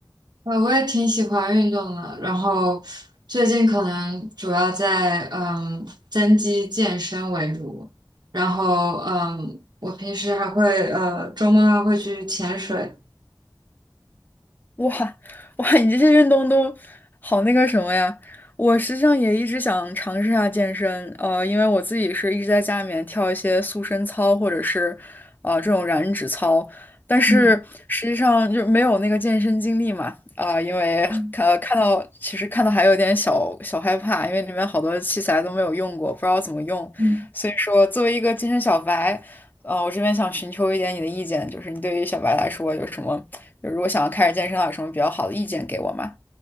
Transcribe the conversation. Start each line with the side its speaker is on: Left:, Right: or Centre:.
Right: 呃，我也挺喜欢运动的，然后最近可能主要在嗯增肌健身为主，然后嗯我平时还会呃周末还会去潜水。
Left: 哇哇，你这些运动都好那个什么呀！我实际上也一直想尝试一下健身，呃，因为我自己是一直在家里面跳一些塑身操或者是呃这种燃脂操，但是实际上就没有那个健身经历嘛，
Right: 嗯
Left: 啊、因为呃看到其实看到还有点小小害怕，
Right: 嗯
Left: 因为里面好多器材都没有用过，不知道怎么用，
Right: 嗯。
Left: 所以说作为一个健身小白。呃，我这边想寻求一点你的意见，就是你对于小白来说有什么，就如果想要开始健身的话有什么比较好的意见给我吗？